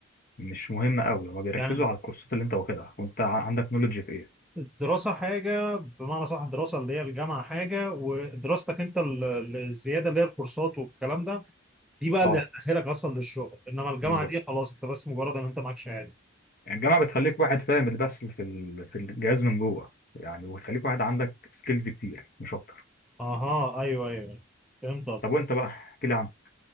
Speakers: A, on the left; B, in the centre.
A: مش مهمة أوي هما بيركزوا
B: يعني
A: على الكورسات اللي أنت واخدها وأنت ع- عندك نولج في إيه
B: الدراسة حاجة بمعنى صح الدراسة اللي هي الجامعة حاجة ودراستك انت ال- ال- الزيادة اللي هي الكورسات والكلام ده دي بقى
A: أه
B: اللي هتأهلك اصلا للشغل انما الجامعة
A: بالظبط
B: دي خلاص انت بس مجرد ان انت معاك شهادة
A: يعني الجامعة بتخليك واحد فاهم اللي بيحصل في ال- في الجهاز من جوه يعني وتخليك واحد عندك سكيلز كتير مش أكتر
B: اها ايوه ايوه فهمت قصدك
A: طب وأنت بقى احكي لي عنك